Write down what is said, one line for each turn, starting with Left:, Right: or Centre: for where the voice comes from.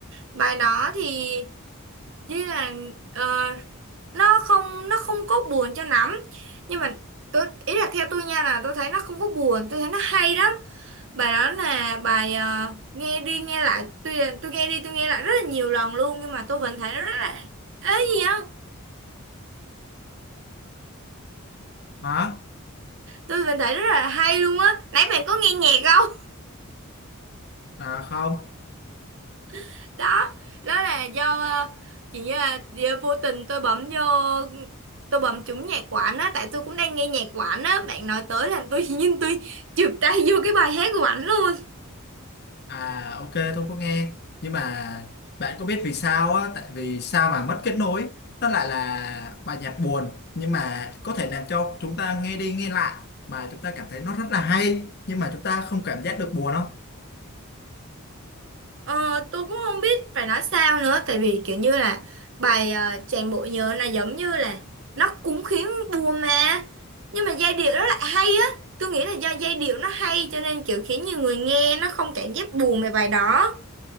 Right: Bài đó thì như là ờ, nó không nó không có buồn cho lắm nhưng mà tôi ý là theo tôi nha là tôi thấy nó không có buồn tôi thấy nó hay lắm bài đó là bài ờ, nghe đi nghe lại tôi tôi nghe đi tôi nghe lại rất là nhiều lần luôn nhưng mà tôi vẫn thấy nó rất là ấy gì á
Left: hả
Right: tôi vẫn thấy rất là hay luôn á nãy bạn có nghe nhạc không
Left: à không
Right: <laughs> đó đó là do ờ, chỉ như là do vô tình tôi bấm vô tôi bấm trúng nhạc của ảnh á tại tôi cũng đang nghe nhạc của ảnh á bạn nói tới làm tôi <laughs> nhưng tôi chụp tay vô cái bài hát của ảnh luôn á.
Left: à ok tôi không có nghe nhưng mà bạn có biết vì sao á tại vì sao mà mất kết nối nó lại là bài nhạc buồn nhưng mà có thể làm cho chúng ta nghe đi nghe lại mà chúng ta cảm thấy nó rất là hay nhưng mà chúng ta không cảm giác được buồn không
Right: Ờ, tôi cũng không biết phải nói sao nữa tại vì kiểu như là bài ờ, Chàng bộ nhớ là giống như là nó cũng khiến buồn mà nhưng mà giai điệu rất là hay á tôi nghĩ là do giai điệu nó hay cho nên kiểu khiến nhiều người nghe nó không cảm giác buồn về bài đó